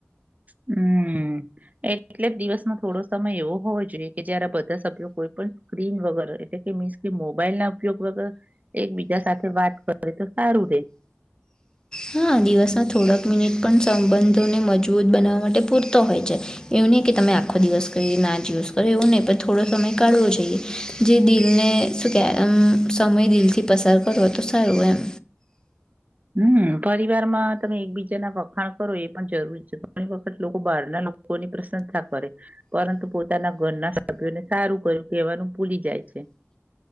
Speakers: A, on the right; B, on the left.
A: હમ્મ, એટલે જ દિવસમાં થોડો સમય એવો હોવો જોઈએ, કે જયારે બધા સભ્યો કોઈ, પણ સ્ક્રીન વગર એટલે કે મીન્સ કે મોબાઈલના ઉપયોગ, વગર એક બીજા સાથે વાત કરે તો સારું રે
B: હા, દિવસના થોડાક મિનિટ પણ સંબંધોને મજબૂત બનાવવા માટે પૂરતો હોય છે, એ હીને, કે તમે આખો દિવસ ક ના જ યુઝ કરો એવું નહીં, પણ થોડો સમય કાઢવો જોઈએ જે દિલને શું કેમ સમય દિલ થી, પસાર કરો તો સારું એમ
A: <inaudible> હમ પરિવારમાં તમે એકબીજાના વખાણ કરો એ પણ જરૂરી છે, ઘણી વખત લોકો બહાર ના લોકો ની પ્રશંસા કરે પરંતુ પોતાના ઘરના, સભ્યોને સારું કર્યું કહેવાનું ભૂલી જાય છે. <inaudible>